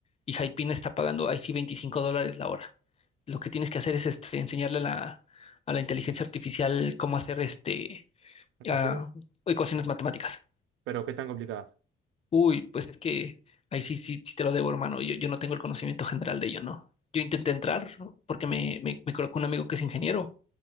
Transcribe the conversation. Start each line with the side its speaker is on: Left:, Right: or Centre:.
Left: y Hypina está pagando ahí sí 25 dólares la hora. Lo que tienes que hacer es este, enseñarle a la, a la inteligencia artificial cómo hacer este,
Right: ecuaciones.
Left: ah, ecuaciones matemáticas.
Right: Pero qué tan complicadas.
Left: Uy, pues es que ahí sí, sí, sí te lo debo, hermano. Yo, yo no tengo el conocimiento general de ello, ¿no? Yo intenté entrar ¿no? porque me, me, me colocó un amigo que es ingeniero